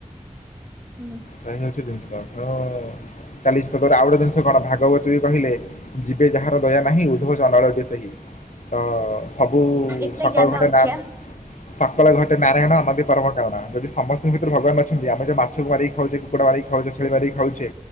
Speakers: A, on the right; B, on the left.
A: ହଁ ବା।
B: ତ ଏଇ ହଉଛି ଜିନିଷ ତ ଚାଲିଛି ତାର ଆଉ ଗଟେ ଜିନିଷ କଣ ଭାଗବତୀ ବି କହିଲେ। ଯିବେ ଯାହାର ଦୟା ନାହିଁ ଉଦ୍ଧବ ଚଣ୍ଡାଳ ଟି ସେହି। ତ ସବୁ
A: ଏତେ
B: ସକାଳ
A: ଜ୍ଞାନ
B: ଘଟେ
A: ଅଛି
B: ନା ସକାଳେ ଘଟେ ‌ ନାରାୟଣ ଅନଦୀ ପରମ କାରଣ ଯଦି ସମସ୍ତଙ୍କ ଭିତରେ ଭଗବାନ ଅଛନ୍ତି ଆମେ ଯୋଉ ମାଛକୁ ମାରିକି ଖାଉଛେ। କୁକୁଡ଼ା ମାରିକି ଖାଉଛେ ଛେଳି ମାରିକ ଖାଉଛେ